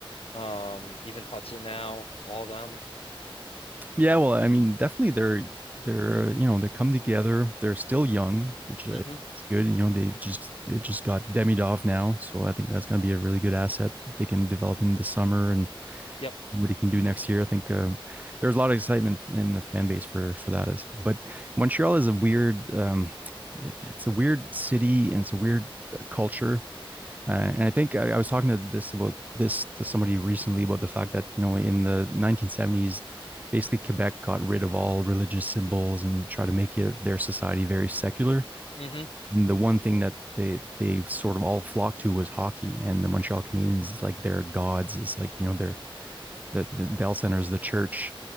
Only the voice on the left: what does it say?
um, even Hudson now, all them.
Mm-hmm.
Yep.
Mm-hmm.